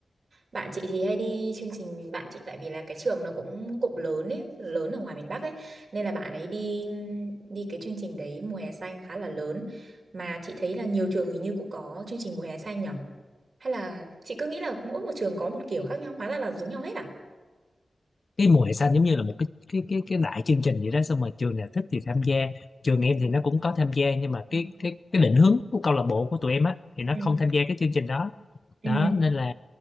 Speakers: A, on the right; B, on the left.
A: Bạn chị thì hay đi chương trình bạn chị tại vì là cái trường nó cũng cũng lớn ấy, lớn ở ngoài miền Bắc ấy nên là bạn ấy đi đi cái chương trình đấy mùa hè xanh khá là lớn mà chị thấy là nhiều trường hình như cũng có chương trình mùa hè xanh nhỉ? Hay là chị cứ nghĩ là mỗi một trường có một kiểu khác nhau, hóa ra là giống nhau hết à?
B: cái mùa hè xanh giống như là một cái cái cái cái đại chương trình vậy đó xong rồi trường nào thích thì tham gia trường em thì nó cũng có tham gia nhưng mà
A: Ừ.
B: cái cái cái định hướng của câu lạc bộ của tụi em á thì nó
A: Ừ,
B: không tham gia cái chương trình đó
A: ừ,
B: đó nên là